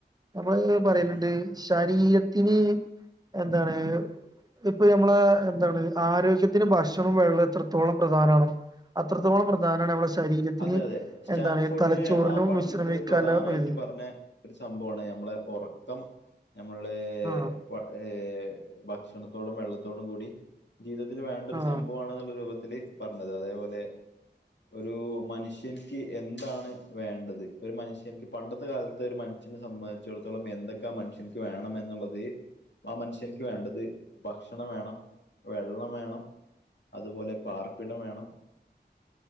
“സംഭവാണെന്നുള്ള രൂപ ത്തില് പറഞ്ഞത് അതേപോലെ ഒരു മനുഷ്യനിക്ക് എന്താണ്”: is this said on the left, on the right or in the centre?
Left